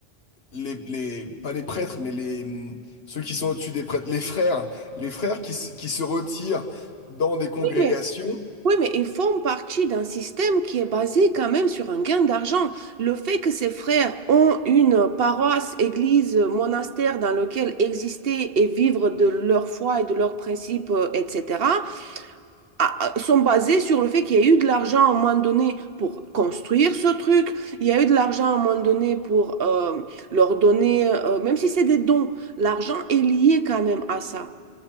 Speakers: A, on the left; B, on the right.
A: les, les- pas les prêtres, mais les, hum, ceux qui sont au-dessus des prêtres, les frères, les frères qui, se- qui se retirent dans des congrégations.
B: Oui, mais Oui, mais ils font partie d'un système qui est basé quand même sur un gain d'argent. Le fait que ces frères ont une paroisse, église, monastère dans lequel exister et vivre de leur foi et de leurs principes, euh, etc., a- a- sont basés sur le fait qu'il y a eu de l'argent à un moment donné pour construire ce truc, il y a eu de l'argent à un moment donné pour euh, leur donner, euh, même si c'est des dons, l'argent est lié quand même à ça.